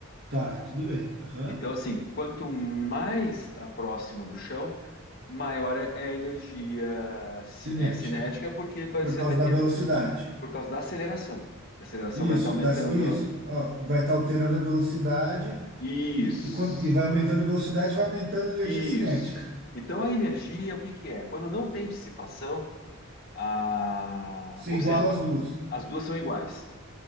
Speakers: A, on the right; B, on the left.
A: tá, tudo bem. Aham.
B: Então, assim, quanto mais está próximo do chão, maior é é a energia ci-
A: Cinética,
B: é, cinética, porque vai-
A: por
B: você
A: causa
B: vai
A: da
B: ter,
A: velocidade.
B: por causa da aceleração. A aceleração
A: Isso,
B: vai estar aumentando.
A: das- isso. Ó, vai estar alterando a velocidade
B: Isso,
A: e, e, quando, e vai aumentando a velocidade, vai aumentando a energia
B: isso.
A: cinética.
B: Então, a energia, o que que é? Quando não tem dissipação, a...
A: Você
B: ou
A: iguala
B: seja, quando-
A: as duas.
B: as duas são iguais.